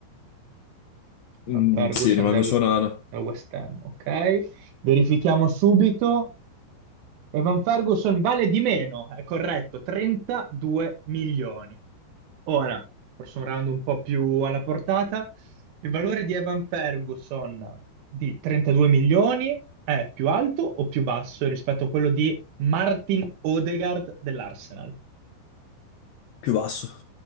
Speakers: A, on the left; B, on the right.
A: Mm,
B: Evan Ferguson
A: sì, rimango
B: del,
A: su Onana.
B: del West Ham, ok? Verifichiamo subito. Evan Ferguson vale di meno, è corretto, 32 milioni. Ora, forse un round un po' più alla portata, il valore di Evan Ferguson di 32 milioni è più alto o più basso rispetto a quello di Martin Odegaard dell'Arsenal?
A: Più basso.